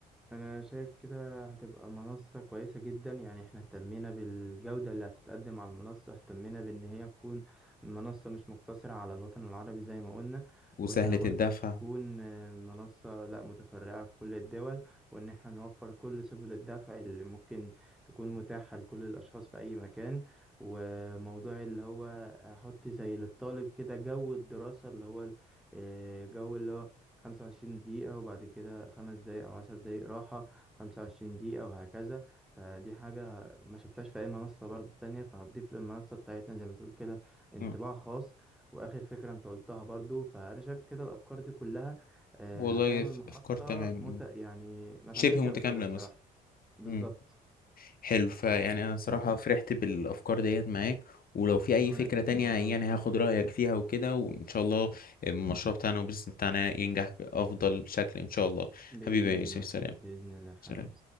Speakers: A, in the centre; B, on the left.
A: انا شايف كده هتبقى منصة كويسة جدا يعني احنا اهتمينا بالجودة اللي هتتقدم على المنصة اهتمينا بان هي تكون منصة مش مقتصرة على الوطن العربي زي ما قلنا
B: وسهلة
A: وانها برضه
B: الدفع
A: تكون آه، منصة لا متفرعة في كل الدول وان احنا نوفر كل سبل الدفع اللي ممكن تكون متاحة لكل الاشخاص في اي مكان وموضوع اللي هو احط زي للطالب كده جو الدراسة اللي هو آه، جو اللي هو خمسة وعشرين دقيقة وبعد كده خمس دقايق أو عشر دقايق راحة خمسة وعشرين دقيقة وهكذا فدي حاجة ما شفتهاش في أي منصة برضو تانية فهتضيف للمنصة بتاعتنا زي ما تقول كده انطباع
B: مم.
A: خاص وآخر فكرة أنت قلتها برضو فأنا شايف كده الأفكار دي كلها آه،
B: والله
A: هتعمل
B: ف-
A: منصة
B: أفكار تمام
A: مت...
B: مم.
A: يعني ما اتعملتش
B: شبه متكاملة
A: قبل كده بصراحة
B: مثلا
A: بالظبط
B: مم. حلو فيعني انا صراحة فرحت بالافكار ديت معاك ولو في اي
A: وأنا
B: فكرة
A: جدا
B: تانية
A: والله
B: يعني
A: يا مصطفى
B: هاخد رأيك فيها وكده وان شاء الله المشروع بتاعنا والبيزنس بتاعنا ينجح بافضل شكل ان شاء الله
A: بإذن
B: حبيبي يا يوسف
A: الله
B: سلام
A: بإذن الله حبيبي
B: سلام